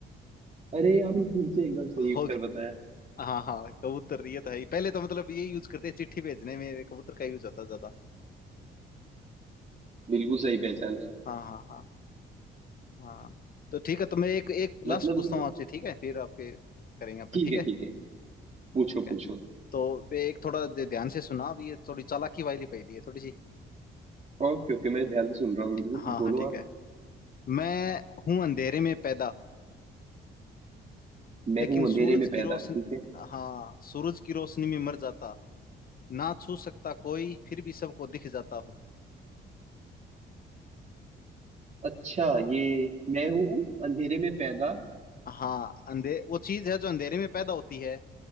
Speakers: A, on the right (about 35°); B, on the left (about 45°).
A: अरे आपने फिर से एकदम सही
B: हो
A: उत्तर
B: गया।
A: बताया
B: हाँ हाँ कबूतर ये तो है ही। पहले तो मतलब ये यूज करते हैं चिट्ठी भेजने में कबूतर का यूज होता है ज्यादा
A: बिल्कुल सही पहचाने आप
B: हाँ हाँ हाँ हाँ तो ठीक है तो मैं एक एक लास्ट
A: मतलब
B: पूछता
A: ये
B: हूँ आपसे ठीक है फिर आपके करेंगे अपन
A: ठीक
B: ठीक
A: है
B: है
A: ठीक है पूछो
B: ठीक है
A: पूछो
B: तो ये एक थोड़ा दे- ध्यान से सुना अब ये थोड़ी चालाकी वाली पहेली है थोड़ी सी
A: ओके ओके मैं ध्यान से सुन रहा हूँ बिल्कुल
B: हाँ
A: बोलो
B: हाँ ठीक
A: आप
B: है मैं हूं अंधेरे में पैदा
A: मैं
B: लेकिन
A: हूँ
B: सूरज
A: अंधेरे में
B: की
A: पैदा
B: रोशन
A: ठीक है
B: हाँ सूरज की रोशनी में मर जाता ना छू सकता कोई फिर भी सबको दिख जाता हूँ
A: अच्छा
B: बताओ
A: ये मैं हूँ अंधेरे में पैदा
B: हाँ अंधे वो चीज है जो अंधेरे में पैदा होती है